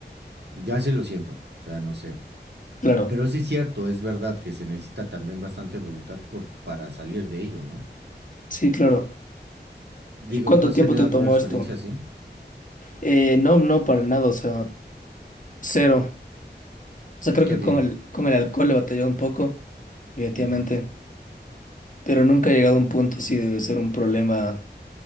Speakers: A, on the right; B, on the left.
A: Ya sí lo siento, o sea, no sé.
B: claro.
A: Pero sí es cierto, es verdad que se necesita también bastante voluntad por, para salir de ello, ¿no?
B: Sí, claro.
A: Digo,
B: ¿Y cuánto
A: ¿tú has
B: tiempo
A: tenido
B: te
A: alguna
B: tomó
A: experiencia
B: esto?
A: así?
B: Eh, no, no, para nada, o sea, cero. O sea, creo
A: Qué
B: que
A: bien.
B: con el, con el alcohol he batallado un poco, efectivamente,
A: Ujú.
B: pero nunca he llegado a un punto así de ser un problema